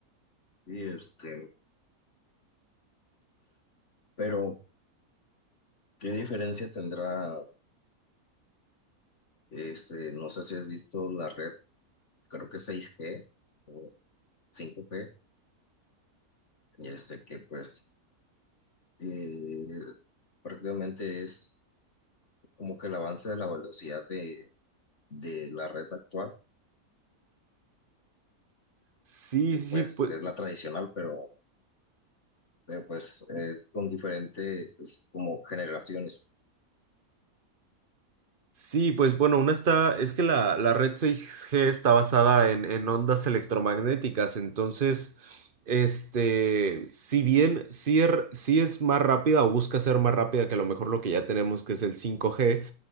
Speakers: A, on the left; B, on the right.
A: Y este, pero ¿qué diferencia tendrá este, no sé si has visto la red, creo que seis g o cinco g y este que pues eh, prácticamente es como que el avance de la velocidad de, de la red actual,
B: Sí,
A: que
B: sí,
A: pues
B: pues
A: es la tradicional, pero, pero pues eh, con diferentes pues, como generaciones.
B: Sí, pues bueno, una está, es que la, la red 6G está basada en, en ondas electromagnéticas, entonces, este, si bien sí, er- sí es más rápida o busca ser más rápida que a lo mejor lo que ya tenemos, que es el 5G,